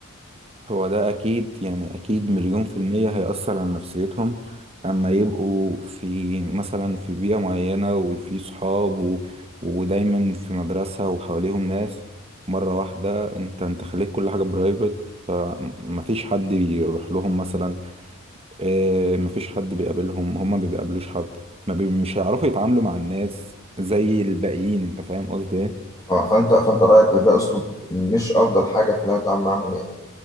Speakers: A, on the right (about 25°); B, on the left (about 15°).
A: هو ده أكيد يعني أكيد مليون في المية هيأثر على نفسيتهم أما يبقوا في مثلا في بيئة معينة وفي صحاب و... ودايما في مدرسة وحواليهم ناس مرة واحدة أنت أنت خليت كل حاجة برايفت فمفيش حد بيروح لهم مثلا آه، مفيش حد بيقابلهم هما ما بيقابلوش حد ما بي... مش هيعرفوا يتعاملوا مع الناس زي الباقيين أنت فاهم قصدي إيه؟
B: اه فأنت فأنت رأيك إن ده أسلوب مش أفضل حاجة في إن أنا أتعامل معاهم يعني